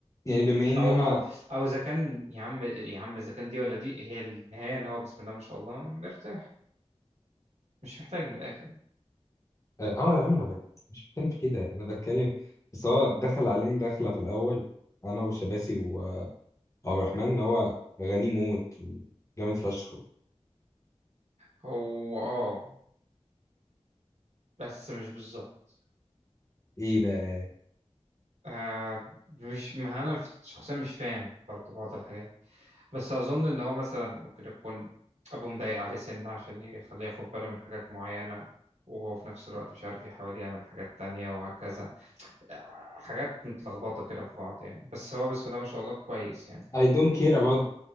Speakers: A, on the left; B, on the right.
A: يعني بما ان
B: او
A: انا
B: او او اذا كان يا عم يا عم اذا كان دي ولا دي هي النهايه ان هو بسم الله ما شاء الله مرتاح مش محتاج من الاخر يعني.
A: اه آه، يا عم انا بك... مش بتكلم في كده انا بتكلم بس هو دخل علينا دخله في الاول انا وشباسي و- وعبد الرحمن ان هو غني موت جامد فشخ
B: هو اه بس مش بالظبط
A: ايه بقى
B: آه مش ما انا شخصيا مش فاهم برضه بعض الحاجات بس أظن إن هو مثلا ممكن يكون أبوه مضايق عليه سنة عشان يخليه ياخد باله من حاجات معينة وهو في نفس الوقت مش عارف يحاول يعمل حاجات تانية وهكذا حاجات متلخبطة كده في بعض يعني بس هو بسم الله ما شاء الله كويس يعني
A: I don't care about